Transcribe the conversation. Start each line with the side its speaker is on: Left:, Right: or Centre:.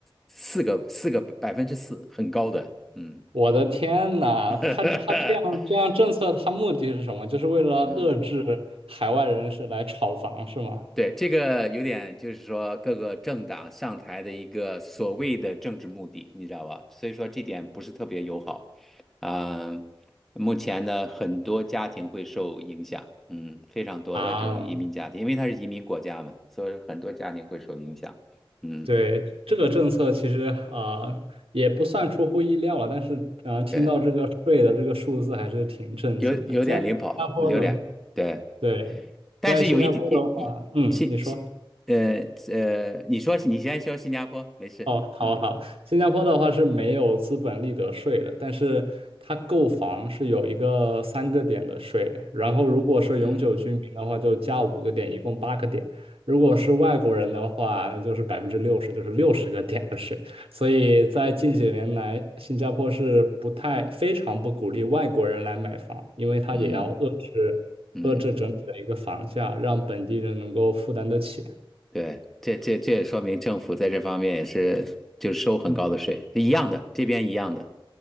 Centre: 四个四个百分之四，很高的。嗯，
Right: 我的天呐，他他这样这样政策，
Centre: <laughs>
Right: 他目的是什么？就是为了遏制海外人士来炒房，
Centre: 嗯。
Right: 是吗？
Centre: 对，这个有点就是说各个政党上台的一个所谓的政治目的，你知道吧？所以说这点不是特别友好。嗯、目前呢，很多家庭会受影响，嗯，非常多的这种移民家庭，
Right: 啊，
Centre: 因为它是移民国家嘛，所以很多家庭会受影响。嗯，
Right: 对，这个政策其实啊、呃也不算出乎意料了，但是啊、呃听到这个税的这个数字还是挺震惊的。
Centre: 对，有有点领跑，
Right: 在新加坡的，
Centre: 有点对，
Right: 对，
Centre: 但是有一点一一新新呃呃，
Right: 在新加坡的话，嗯，你说。
Centre: 你说你先说新加坡，没事，
Right: 哦，好好，
Centre: 嗯
Right: 新加坡的话是没有资本利得税的，但是它购房是有一个三个点的税，然后如果是永久居民的话就加五个点，
Centre: 嗯
Right: 一共八个点；如果是外国人的话，就是百分之六十，就是六十个点的税。所以在近几年来，新加坡是不太非常不鼓励外国人来买房，因为它也要遏制遏制整体的一个房价，
Centre: 嗯。嗯，
Right: 让本地人能够负担得起。
Centre: 对，这这这也说明政府在这方面也是就是收很高的税，
Right: 嗯
Centre: 一样的，这边一样的。